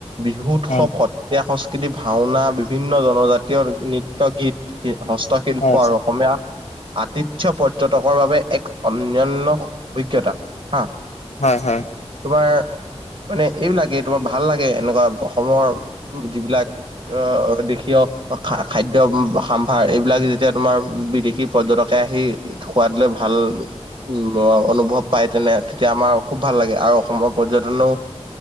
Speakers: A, on the right (about 60°); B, on the left (about 85°).
A: বিহু উৎসৱত-
B: হয়
A: ইয়া সংস্কৃতি ভাওনা বিভিন্ন জনজাতীয় নৃত্য গীত হস্তক্ষেপ- শিল্প
B: হয় হয়
A: আৰু অসমীয়া- আতিথ্য পৰ্যটকৰ বাবে এক অনায়ান্য অভিজ্ঞতা হা।
B: হয় হয়
A: তোমাৰ মানে এইবিলাকে তোমাৰ ভাল লাগে এনেকুৱা অসমৰ যিবিলাক আহ দেখিয় খা খাদ্য সমাম্ভাৰ এইবিলাক যেতিয়া তোমাৰ বিদেশী পৰ্যটকে আহি সোৱাদ লৈ ভাল উ অনুভৱ পায় তেনে তেতিয়া আমাৰ খুব ভাল লাগে আৰু অসমক পৰ্যটনেও